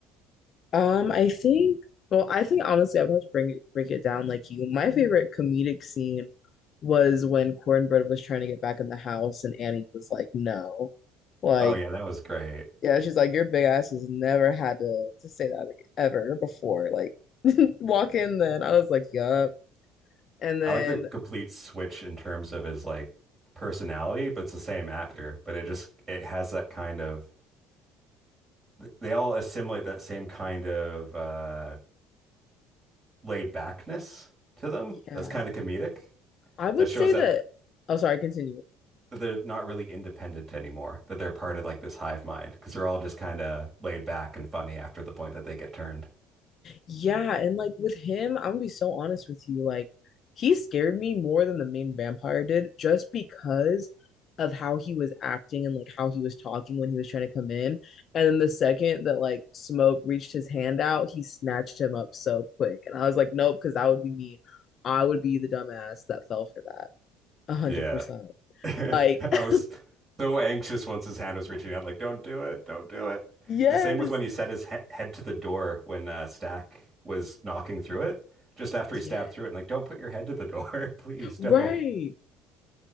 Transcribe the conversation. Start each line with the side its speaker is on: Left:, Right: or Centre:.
Left: Um, I think, well, I think honestly, I would have to bring it, break it down like you. My favorite comedic scene was when Cornbread was trying to get back in the house and Annie was like, no. Like,
Right: Oh yeah, that was great.
Left: yeah, she's like, your big ass has never had to, to say that ag- ever before. Like, <laughs> walk in then. I was like, yup. And then,
Right: I like the complete switch in terms of his like personality, but it's the same actor. But it just it has that kind of they all assimilate that same kind of uh, laid backness to them.
Left: yeah,
Right: That's kind of comedic.
Left: I would
Right: That shows
Left: say
Right: that
Left: that, oh, sorry, continue.
Right: that they're not really independent anymore, that they're part of like this hive mind because they're all just kind of laid back and funny after the point that they get turned. <laughs>
Left: Yeah, and like with him, I'm gonna be so honest with you. Like, he scared me more than the main vampire did just because of how he was acting and like how he was talking when he was trying to come in. And then the second that like Smoke reached his hand out, he snatched him up so quick. And I was like, nope, because that would be me. I would be the dumbass that fell for that. A hundred
Right: Yeah.
Left: percent.
Right: <laughs> I
Left: Like, <laughs>
Right: was so anxious once his hand was reaching out, like, don't do it, don't do it.
Left: yes,
Right: The same with when he set his he head to the door when uh, Stack was knocking through it, just after he stabbed
Left: yeah,
Right: through it, and like, don't put your head to the door, <laughs> please
Left: right.
Right: don't.